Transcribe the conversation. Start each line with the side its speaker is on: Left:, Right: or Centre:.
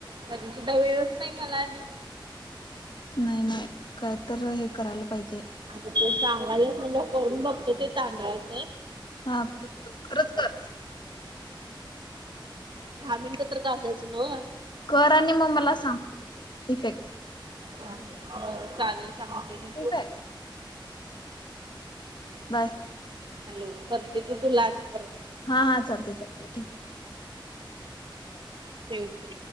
Right: तरी सुद्धा वेळच नाही मला आणि
Left: नाही नाही काय तर हे करायला पाहिजे.
Right: आता तु सांगालीस मला करून बघतो ते तांदळाच.
Left: हा कर कर खरंच कर.
Right: दहा मिनटं तर का घासायचं नव्ह?
Left: कर आणि मग मला सांग इफेक्ट.
Right: बरं चालेल सांगते.
Left: ठीक आहे बाय.
Right: हॅलो करते की तुला आणि परत.
Left: हा हा चालतय चालतय ठेव.
Right: ठेवते.